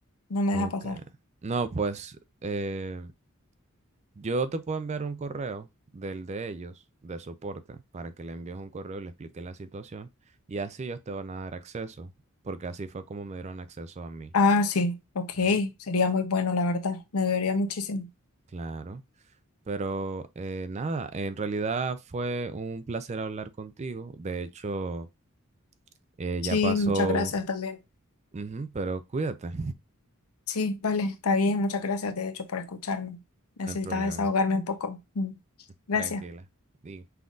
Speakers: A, on the left; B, on the right.
A: no me
B: Ok.
A: deja pasar.
B: No, pues eh, yo te puedo enviar un correo del de ellos, de soporte, para que le envíes un correo y le expliques la situación y así ellos te van a dar acceso, porque así fue como me dieron acceso a mí.
A: Ah, sí, ok,
B: Ujú.
A: sería muy bueno, la verdad, me debería muchísimo.
B: Claro. Pero eh, nada, en realidad fue un placer hablar contigo. De hecho, eh,
A: Sí,
B: ya pasó,
A: muchas gracias también.
B: Ujú, pero cuídate,
A: Sí, vale, está bien. Muchas gracias, de hecho, por escucharme. Necesitaba
B: no hay problema,
A: desahogarme un poco. Mm. Gracias.
B: tranquila. Di.